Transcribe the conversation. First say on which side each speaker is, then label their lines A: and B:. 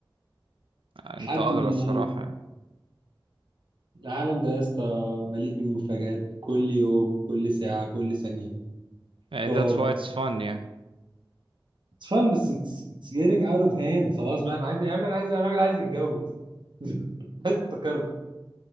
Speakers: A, on the right (about 80°); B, on the right (about 65°).
A: انت
B: لحد
A: قادر
B: ما
A: الصراحه
B: نموت
A: يعني
B: العالم ده يا اسطى مليء بالمفاجآت كل يوم كل ساعة كل ثانية
A: يعني
B: كار،
A: that's why it's fun يعني
B: It's fun بس it's, it's getting out of hand خلاص بقى انا عايز يا عم انا عايز الراجل عايز يتجوز <laughs> بس افتكرت